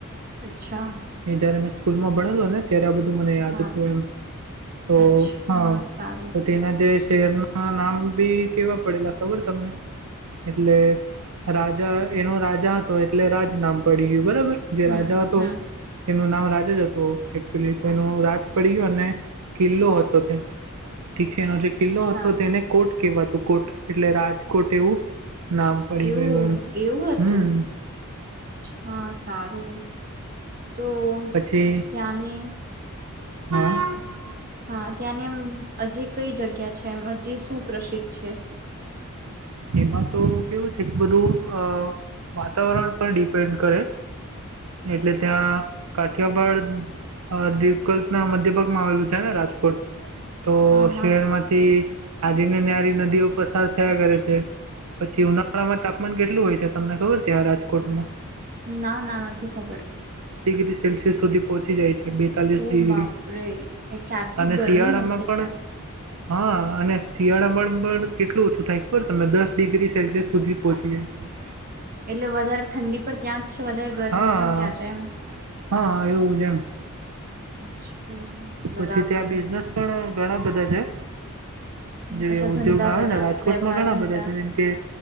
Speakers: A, on the right; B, on the right.
A: અચ્છા.
B: એ જ્યારે મેં સ્કૂલમાં ભણેલો ત્યારે આ બ ધુ મને યાદ
A: હા
B: હતું એમ તો
A: અચ્છા
B: હા
A: સારું
B: તો તેના જે શેર ના નામ ભી કેવા પડેલા ખબર તમને. એટલે રાજા એનો રાજા હતો એટલે રાજ નામ પડી ગયું બરબ ર જે
A: હમ
B: રાજા હતો.
A: હમ
B: એનું નામ રાજા જ હતું એકચુઅલી તો એનો રાજ પડી ગયો અને કિલ્લો હતો ત્યાં. ટીસે નો જે કિલ્લો
A: અચ્છા
B: હતો તેને કોટ કેવાતું કોટ એટલે રાજકોટ એવું. નામ પડી
A: એવું
B: ગયું એમ
A: એવું
B: હમ
A: હતું હા સારું તો
B: પછી
A: ત્યાંની
B: હા.
A: હા ત્યાંની એમ હજી કઈ જગ્યા છે એમ હજી સુું પ્રસિદ્ધ છે.
B: એમાં તો કેવું છે કે બધું અ વાતાવરણ પર ડિપેન્ડ કરે એટલે ત્યાં કાઠિયાવાાડ દીકલ્ ના મધ્ય ભાગમાં આવેલું છે ને રાજકોટ. તો
A: હા હા
B: શહેરમાંથી આજને ન્યારીના દીવ પસાર થયા કરે. છે પછી ઉનાળામાં તાપમાન કેટલું હોય છે તમને ખબર છે આ રાજકોટમાં.
A: ના ના નથી ખબર.
B: સેસિયસ સુધી પહંચી જાય છે. બેતાલીસ
A: ઓ
B: ડિગ્રી
A: બાપરે એટલે આટલી
B: અને
A: ગરમી
B: શિયાળામાં
A: હશે
B: પણ
A: ત્યાં.
B: હા અને શિયાળામા પણ કેટલું ઓછું થાય. બર તમે દસ ડિગ્રી સેલ્સિયસ સુધી પહોચી જાય.
A: એટલે વધારે ઠંડી પણ ત્યાં જ છે વધારે ગરમી
B: હા
A: પણ ત્યાં જાય એમ
B: હા એવું છે એમ
A: છા બરાબર
B: પછી ત્યાં બિઝનેસ પણ ઘણા બધા છે જે
A: અચ્છા
B: ઉદ્યોગ
A: ધંધા
B: આવે
A: બધા
B: ને રાજકોટમાં ઘણા
A: ધંધા
B: બધા છે જેમ કે